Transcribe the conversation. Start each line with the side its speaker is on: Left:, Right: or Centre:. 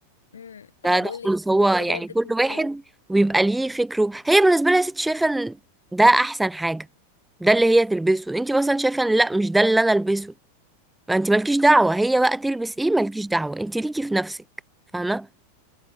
Left: امم
Centre: ده
Left: ما بقول
Centre: ده خالص
Left: لك في
Centre: هو
Left: ناس
Centre: يعني
Left: بجد
Centre: كل
Left: بتبقى
Centre: واحد ويبقى ليه فكره هي بالنسبه لها يا ست شايفه ان ده احسن حاجه ده اللي هي تلبسه انت مثلا شايفه ان لا مش ده اللي انا البسه فانت مالكيش دعوه هي بقى تلبس ايه مالكيش دعوه انت ليكي في نفسك فاهمه